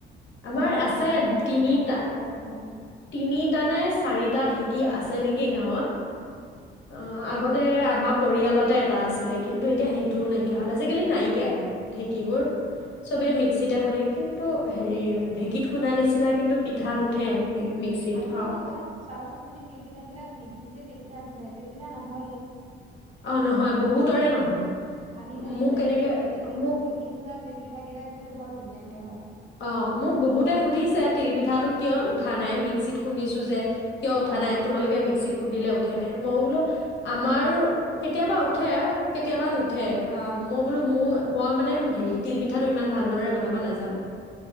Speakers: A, on the right (about 35°); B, on the left (about 65°).
A: কুমলীয়া
B: আমাৰ আছে
A: পাত বিলাক
B: তিনিটা
A: গছত আহে বৰ ধুনীয়া লাগে
B: তিনিটা নে চাৰিটা ঢেঁকী আছে নেকি গাঁৱত অ আগতে আমাৰ পৰিয়ালতে এটা আছিলে কিন্তু এতিয়া সেইটোও নাইকিয়া হ'ল আজিকালি নাইকিয়াই ঢেঁকীবোৰ চবে মিক্সিতে শুনে কিন্তু হেৰি ঢেঁকীত খুন্দা নিচিনা কিন্তু পিঠা নুঠে
A: নহয়
B: মিক্সিত
A: আজিকালি
B: অ',
A: সেইকাণে চাবাচোন তুমি তিল পিঠা বিলাক নি মিক্সিট যে তিলপিঠা খুন্দে তিলপিঠা নহয়ে
B: অ', নহয় বহুতৰে নহয়,
A: ভাঙি ভাঙি
B: মোক
A: যায়
B: এনেকে
A: কিন্তু তুমি ঢেঁকীত
B: মোক
A: ঢেঁকীত খুন্দা তিল পিঠা কেইটা কিন্তু বৰ ধুনীয়াকে হয়।
B: অ', মোক বহুতে সুধিছে তিলপিঠাটো কিয় উঠা নাই, মিক্সিত খুন্দিছো যে। কিয় উঠা
A: অ
B: নাই, তোমালোকে মিক্সিট খুন্দিলে উঠে নে, মই বোলো আমাৰ কেতিয়াবা উঠে, কেতিয়াবা নুঠে। অ', ম বোলো মোৰ মই মানে হে তিল পিঠাটো ইমান ভাল দৰে বনাব নাজানো।